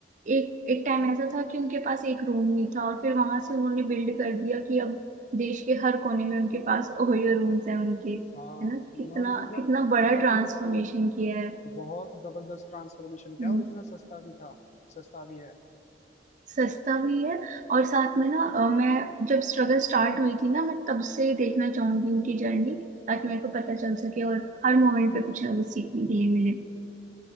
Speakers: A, on the right; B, on the left.
A: एक एक टाइम ऐसा था कि उनके पास एक रूम नहीं था और फिर वहां से उन्होंने बिल्ड कर दिया कि अब देश के हर कोने में उनके पास <laughs> ओयो रूम्स हैं उनके
B: हाँ
A: है ना कितना
B: इन्होंने मतलब
A: कितना बड़ा
B: वाकई
A: ट्रांसफॉर्मेशन
B: में
A: किया है
B: बहुत जबरदस्त ट्रांसफॉर्मेशन किया
A: हम्म,
B: और इतना सस्ता भी था सस्ता भी है
A: सस्ता भी है और साथ में ना अ, मैं जब स्ट्रगल स्टार्ट हुई थी ना मैं तब से देखना चाहूंगी उनकी जर्नी ताकि मेरे को पता चल सके और हर मोमेंट पे कुछ ना कुछ सीखने के लिए मिले